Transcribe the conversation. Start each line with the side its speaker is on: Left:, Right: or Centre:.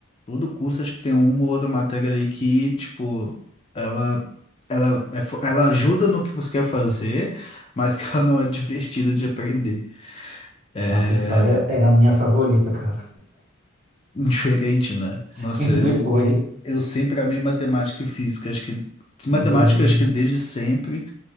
Left: Todo curso, acho que tem uma ou outra matéria ali que, tipo, ela, ela, é fo- ela ajuda no que você quer fazer, mas que <laughs> ela não é divertida de aprender. É
Right: Nossa a história era a minha favorita, cara.
Left: diferente, né?
Right: <laughs>
Left: Nossa,
Right: Sempre
Left: eu,
Right: foi.
Left: eu sempre amei matemática e física. Acho que matemática,
Right: Deus me
Left: acho
Right: livre.
Left: que desde sempre,